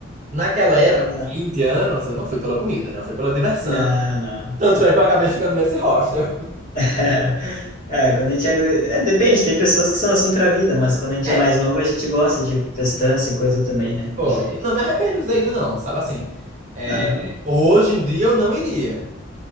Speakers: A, on the right; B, on the left.
A: Naquela época,
B: Ah,
A: com
B: não.
A: 20 anos, eu não fui pela comida, né? Eu fui pela diversão.
B: Não, não.
A: Tanto
B: É.
A: é que eu acabei ficando nesse hostel.
B: <laughs> É, quando a gente é, guri- é, depende, tem pessoas que são assim pra vida, mas quando a gente
A: É,
B: é mais novo, a gente gosta de festança e coisa também, né?
A: foi.
B: Enfim.
A: Não me arrependo de ter ido, não, sabe assim? É,
B: Ah, Não.
A: hoje em dia eu não iria.